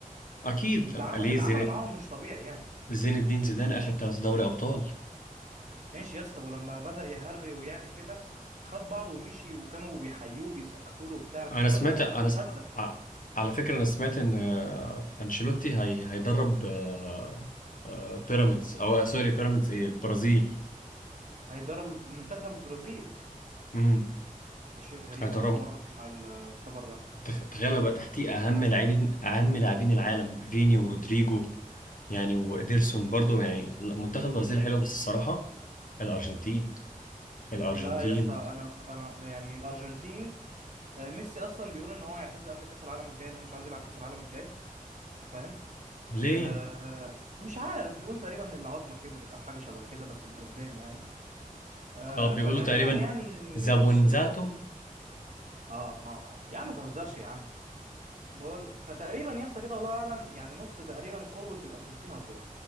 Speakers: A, on the left; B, on the right.
A: أكيد
B: اللي
A: ليه
B: عم... اللي
A: زين
B: عملوا معاهم مش طبيعي يعني
A: زين الدين زيدان أخد تلات دوري أبطال
B: ماشي يا اسطى ولما بدأ يهري ويعمل كده خد بعضه ومشي وكانوا بيحيوه بيسقفوا له وبتاع لكن
A: انا
B: كارلو
A: سمعت
B: انشيلوتي
A: انا
B: اتأذى
A: س... ع- على فكره انا سمعت ان آه، انشيلوتي هي... هيدرب آه، آه، بيراميدز او آه، سوري بيراميدز ايه البرازيل
B: هيدرب منتخب البرازيل
A: امم
B: ده شيء غريب
A: هيدربه
B: انا اول مرة اسمع ال- الخبر ده
A: تخ- تخيل بقى تحتيه اهم لاعبين اهم لاعبين العالم فيني ورودريجو يعني وإيدرسون برضو يعني منتخب البرازيل حلو بس الصراحه الارجنتين الارجنتين
B: لا يا اسطى انا ف... انا يعني الارجنتين آه، ميسي اصلا بيقول ان هو هيعتزل قبل كاس العالم الجاي ان هو مش عايز يلعب كاس العالم الجاي انت فاهم
A: ليه
B: آه، مش عارف بيقول تقريبا العظمه كبرت او حاجه شبه كده بس بالاسباني يعني آه،
A: اه بيقولوا
B: فغالبا
A: تقريبا
B: يعني
A: زابونزاتو
B: نص ال اه اه اه يا عم ما تهزرش يا عم بقول فتقريبا يا اسطى كده والله اعلم يعني نص تقريبا قوة الارجنتين هتروح